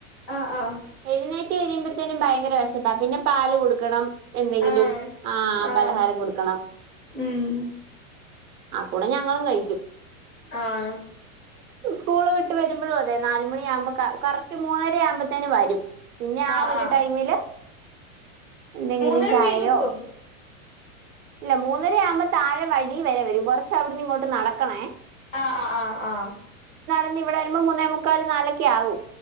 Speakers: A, on the left; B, on the right.
A: ആഹ് ആഹ്
B: എഴുന്നേറ്റ് കഴിയുമ്പത്തേനും ഭയങ്കര വിശപ്പാ പിന്നെ പാല് കൊടുക്കണം എന്തെങ്കിലും
A: ആഹ്
B: ആഹ
A: ആഹ്
B: പലഹാരം കൊടുക്കണം
A: ഉം
B: ആ കൂടെ ഞങ്ങളും കഴി
A: ആഹ
B: സ്കൂള് വിട്ട് വരുമ്പോഴും അതെ നാല് മണിയാമ്പോ ക കറക്റ്റ് മൂന്നര ആവുമ്പത്തേനും വരും പിന്നെ ആ
A: ആഹ്
B: ഒരു
A: ആഹ്
B: ടൈമില് എന്തെങ്കിലും
A: മൂന്നര
B: ചായയോ
A: വീട്ടിലെത്തും
B: ഇല്ല മൂന്നര ആവുമ്പോ താഴെ വഴി വരെ വരും കുറച്ച് അവിടന്ന് ഇങ്ങോട്ട് നടക്കണേ
A: ആഹ ആഹ് ആഹ് ആഹ
B: അവിടെന്ന് ഇവിടെവരുമ്പോ മൂന്നെ മുക്കാൽ നാലൊക്കെ ആവും